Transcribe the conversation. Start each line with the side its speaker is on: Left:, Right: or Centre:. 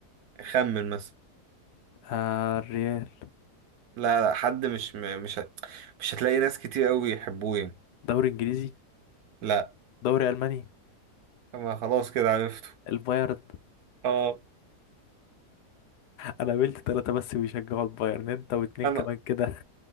Right: أخمن مثلا
Left: آه الريال
Right: لا لا حد مش م- مش هت- مش هتلاقي ناس كتير أوي يحبوه يعني
Left: دوري انجليزي
Right: لا
Left: دوري الماني
Right: ما خلاص كده عرفته
Left: البايرن
Right: اه
Left: انا قابلت ثلاثة بس بيشجعوا البايرن انت واتنين
Right: انا
Left: كمان كده